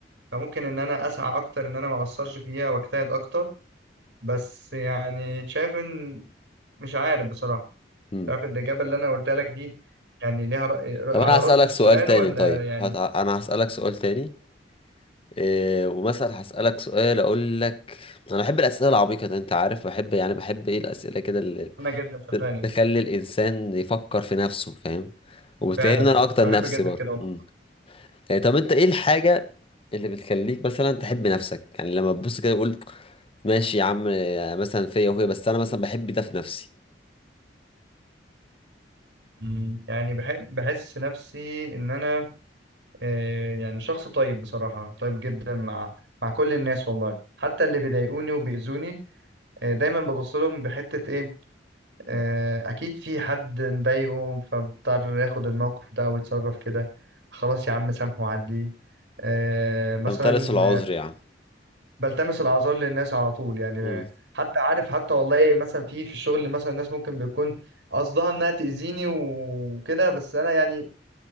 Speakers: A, on the right; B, on the left.
A: فممكن ان انا اسعى اكتر ان انا ما اقصرش فيها واجتهد اكتر بس يعني شايف ان مش عارف بصراحة
B: امم
A: شايف الاجابة اللي انا قلتها لك دي يعني ليها رأي على
B: طب انا
A: رد
B: هسالك
A: السؤال
B: سؤال تاني
A: ولا
B: طيب
A: يعني
B: هت... انا هسالك سؤال تاني إيه ومثلا هسألك سؤال أقول لك أنا بحب الأسئلة العميقة ده أنت عارف بحب يعني بحب إيه الأسئلة كده
A: انا جدا صدقني
B: ت- تخلي الإنسان يفكر في نفسه فاهم وبتهمنا
A: فعلا
B: أنا أكتر
A: بحب
B: نفسي
A: جدا
B: برضه
A: كده والله
B: مم. يعني طب أنت إيه الحاجة اللي بتخليك مثلا تحب نفسك يعني لما تبص كده تقول ماشي يا عم آه، مثلا فيا وفيا بس أنا مثلا بحب ده في نفسي
A: مم. يعني بحب بحس نفسي ان انا آه، يعني شخص طيب بصراحة طيب جدا مع مع كل الناس والله حتى اللي بيضايقوني وبيأذوني آه، دايما ببص لهم بحتة ايه آه، اكيد في حد مضايقه فبضطر ياخد الموقف ده ويتصرف كده خلاص يا عم سامحه وعديه آه، مثلا
B: فمترس العذر
A: آه،
B: يعني
A: بلتمس الاعذار للناس على طول يعني آه،
B: مم.
A: حتى عارف حتى والله مثلا في في الشغل مثلا الناس ممكن بيكون قصدها انها تأذيني وكده بس انا يعني